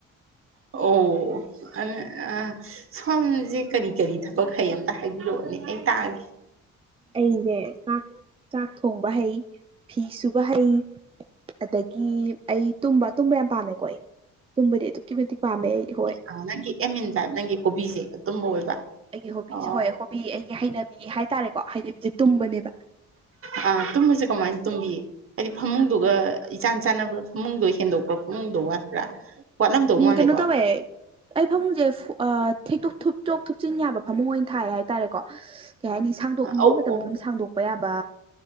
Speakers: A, on the right; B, on the right.
A: ꯑꯣ <unintelligible> ꯁꯣꯝꯖꯦ ꯀꯔꯤ ꯀꯔꯤ ꯊꯕꯛ ꯍꯩ ꯑꯝꯇ ꯍꯥꯏꯕꯤꯔꯛꯑꯣꯅꯦ ꯑꯩ ꯇꯥꯒꯦ
B: ꯑꯩꯖꯦ ꯆꯥꯛ ꯆꯥꯛ ꯊꯣꯡꯕ ꯍꯩ ꯐꯤ ꯁꯨꯕ ꯍꯩ ꯑꯗꯒꯤ ꯑꯩ ꯇꯨꯝꯕ ꯇꯨꯝꯕ ꯌꯥꯝ ꯄꯥꯝꯃꯦꯀꯣ ꯑꯩ ꯇꯨꯝꯕꯗꯤ ꯑꯗꯨꯛꯀꯤ ꯃꯇꯤꯛ ꯄꯥꯝꯃꯦ ꯑꯩ ꯍꯣꯏ
A: ꯑ ꯅꯪꯒꯤ ꯑꯦꯝ ꯏꯟ ꯂꯥꯏꯞ ꯅꯪꯒꯤ ꯍꯣꯕꯤꯖꯦ ꯇꯨꯝꯕ ꯑꯣꯏꯕ
B: ꯑꯩꯒꯤ ꯍꯣꯕꯤꯁꯦ
A: ꯑꯣ
B: ꯍꯣꯏ ꯍꯣꯕꯤ ꯑꯩꯒꯤ ꯍꯩꯅꯕꯤ ꯍꯥꯏꯇꯥꯔꯦꯀꯣ ꯍꯩꯅꯕꯤꯁꯦ ꯇꯨꯝꯕꯅꯦꯕ
A: ꯑ ꯇꯨꯝꯕꯖꯦ ꯀꯃꯥꯏ ꯇꯨꯝꯕꯤ ꯍꯥꯏꯗꯤ ꯐꯃꯨꯡꯗꯨꯒ ꯏꯆꯥꯟ ꯆꯥꯟꯅꯕ ꯐꯃꯨꯡꯗꯣ ꯍꯦꯟꯗꯣꯛꯄ꯭ꯔꯥ ꯐꯃꯨꯡꯗꯣ ꯋꯥꯠꯄ꯭ꯔꯥ ꯋꯥꯠꯂꯝꯗꯧ
B: ꯎꯝ
A: ꯃꯥꯜꯂꯦꯀꯣ
B: ꯀꯩꯅꯣ ꯇꯧꯋꯦ ꯑꯩ ꯐꯃꯨꯡꯁꯦ ꯊꯦꯛꯇꯣꯛ ꯊꯨꯞꯇꯣꯛ ꯊꯨꯞꯆꯤꯟ ꯌꯥꯕ ꯐꯃꯨꯡ ꯑꯣꯏꯅ ꯊꯥꯏ ꯍꯥꯏ ꯇꯥꯔꯦꯀꯣ ꯀꯩ ꯍꯥꯏꯅꯤ ꯁꯥꯡꯗꯣꯛꯅꯤꯡꯕ
A: ꯑꯧ
B: ꯃꯇꯝꯗ
A: ꯑꯣ
B: ꯑꯗꯨꯝ ꯁꯥꯡꯗꯣꯛꯄ ꯌꯥꯕ